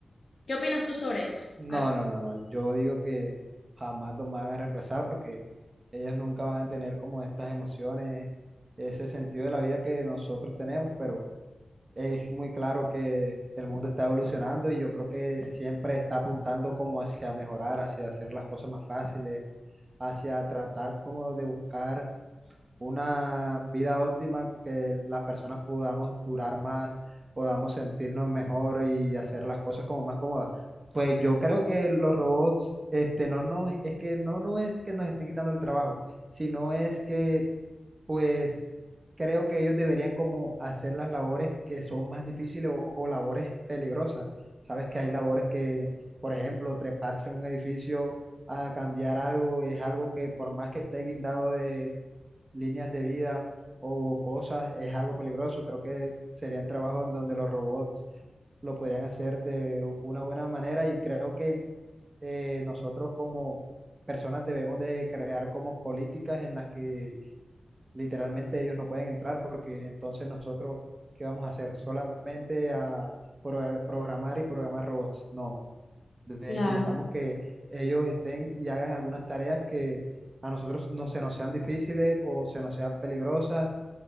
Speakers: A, on the left; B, on the right.
A: qué opinas tú sobre esto?
B: No,
A: A ver.
B: no, no, no. Yo digo que jamás los van a reemplazar porque ellos nunca van a tener como estas emociones, ese sentido de la vida que nosotros tenemos, pero es muy claro que el mundo está evolucionando y yo creo que siempre está apuntando como hacia mejorar, hacia hacer las cosas más fáciles, hacia tratar como de buscar una vida óptima que las personas podamos durar más, podamos sentirnos mejor y hacer las cosas como más cómodas. Pues yo creo que los robots, este, no nos, es que no, no es que nos estén quitando el trabajo, sino es que pues creo que ellos deberían como hacer las labores que son más difíciles o, o labores peligrosas. Sabes que hay labores que, por ejemplo, treparse en un edificio a cambiar algo es algo que por más que esté guindado de líneas de vida o cosas, es algo peligroso. Creo que serían trabajos en donde los robots lo podrían hacer de una buena manera y creo que eh, nosotros como personas debemos de crear como políticas en las que literalmente ellos no pueden entrar porque entonces nosotros, ¿qué vamos a hacer? Solamente a pro- programar y programar robots. No, necesitamos
A: claro,
B: que ellos estén y hagan algunas tareas que a nosotros no se nos sean difíciles o se nos sean peligrosas